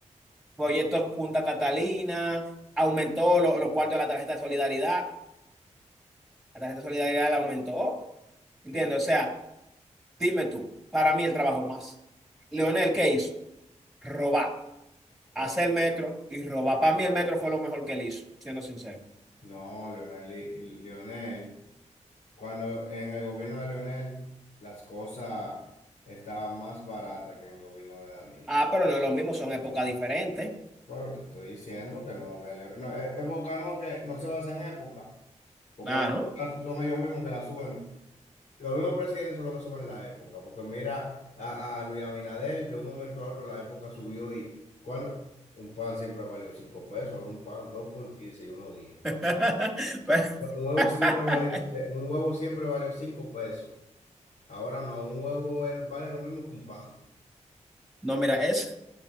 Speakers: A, in the centre; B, on the left.
A: proyecto Punta Catalina, aumentó lo- los cuartos de la tarjeta de solidaridad. La tarjeta de solidaridad la aumentó. ¿Entiendes?
B: sí.
A: O sea. Dime tú, para mí el trabajo más. Leonel, ¿qué hizo? Robar, hacer
B: Ro-
A: metro y robar. Para mí el metro fue lo mejor que él hizo, siendo sincero.
B: No, Leonel, y- y Leonel, cuando en el gobierno de Leonel las cosas estaban más baratas que en el gobierno de Danilo.
A: Ah, pero no es lo mismo, son épocas diferentes.
B: Pero te estoy diciendo que no, la ele- no, eh, época no, que no se basa en época, porque
A: Claro.
B: las son ellos mismos que la suben. Los mismos presidentes son los que suben la época, porque mira a, a Luis Abinader, de un momento a otro la época subió y cuando un pan siempre ha valido cinco pesos, ahora un pan dos por 15 y uno 10.
A: <laughs> Pues,
B: Un huevo
A: <laughs>
B: siempre valió, eh, un huevo siempre valió cinco pesos. Ahora no, un huevo él vale lo mismo que un pan.
A: No, mira, es,